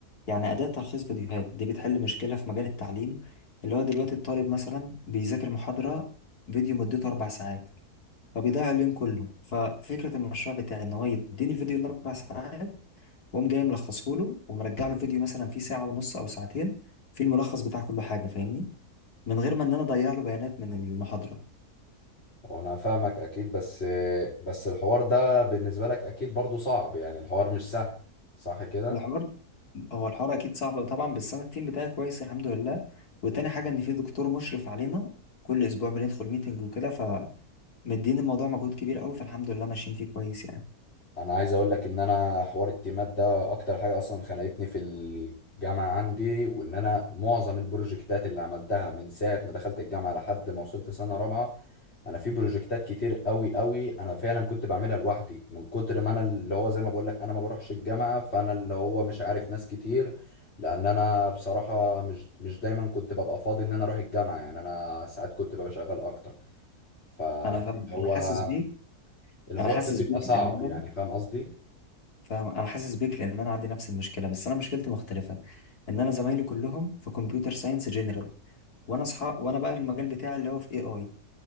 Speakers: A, on the left (about 75°); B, on the left (about 40°).
A: يعني أداة تلخيص فيديوهات دي بتحل مشكلة في مجال التعليم اللي هو دلوقتي الطالب مثلا بيذاكر محاضرة فيديو مدته أربع ساعات فبيضيع اليوم كله ففكرة المشروع بتاعي ان هو يديني الفيديو الاربع ساعات واقوم جاي ملخصه له ومرجع له فيديو مثلا فيه ساعة ونص او ساعتين فيه الملخص بتاع كل حاجة فاهمني من غير ما ان انا اضيع له بيانات من المحاضرة
B: وانا فاهمك اكيد بس بس الحوار ده بالنسبة لك اكيد برضو صعب يعني الحوار مش سهل صح كده
A: الحوار هو الحوار اكيد صعب طبعا بس انا التيم بتاعي كويس الحمد لله وتاني حاجة ان في دكتور مشرف علينا كل اسبوع بندخل ميتنج وكده فمدين الموضوع مجهود كبير قوي فالحمد لله ماشيين فيه كويس يعني
B: انا عايز اقول لك ان انا حوار التيمات ده اكتر حاجه اصلا خنقتني في الجامعه عندي وان انا معظم البروجكتات اللي عملتها من ساعه ما دخلت الجامعه لحد ما وصلت سنه رابعه انا في بروجكتات كتير قوي قوي انا فعلا كنت بعملها لوحدي من كتر ما انا اللي هو زي ما بقول لك انا ما بروحش الجامعه فانا اللي هو مش عارف ناس كتير لان انا بصراحه مش مش دايما كنت ببقى فاضي ان انا اروح الجامعه يعني انا ساعات كنت ببقى شغال اكتر فهو
A: انا فاهم انا حاسس بيك
B: الحوار
A: انا حاسس
B: كان بيبقى
A: بيك
B: صعب
A: لان انا
B: يعني فاهم قصدي
A: فاهم انا حاسس بيك لان انا عندي نفس المشكله بس انا مشكلتي مختلفه ان انا زمايلي كلهم في كمبيوتر ساينس جنرال وانا اصحى وانا بقى المجال بتاعي اللي هو في اي اي